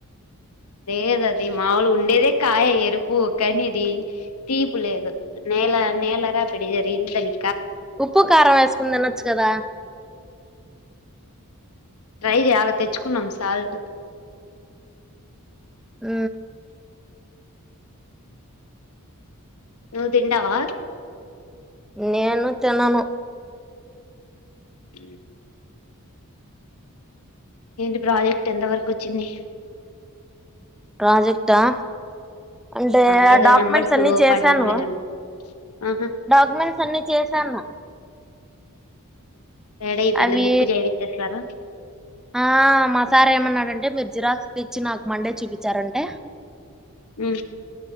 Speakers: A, on the left (about 80°); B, in the centre.
A: లేద అది మాముూలు ఉండేదే కాయ ఎరుపు కాని ఇది తీపులేదు నేల నేలరా పెడదరి ఇంత తని
B: ఉప్పు కారం వేసుకుని తినొచ్చు కదా
A: ట్రై చేయాల తెచ్చుకున్నాం సాల్ట్
B: ఉ
A: నువ్వు తింటవా
B: నేను తినను
A: <inaudible> ఏంటి ప్రాజెక్ట్ ఎంత వరకు వచ్చింది
B: ప్రాజెక్టా అంటే
A: ఆ ఏదో
B: డాక్యుమెంట్స్
A: నెంబర్స్
B: అన్ని చేశాను
A: పడ్డం లేదండి ఆహా
B: డాక్యుమెంట్స్ అన్ని చేసాన్న
A: రెడీ అయిపోయింది
B: అవి
A: బుక్ చేపిచ్చేస్తారా
B: ఆ మాసార్ ఏమన్నాడంటే మిరు జిరాక్స్ తెచ్చి నాకు మండే చూపిం చరంటే
A: ఉమ్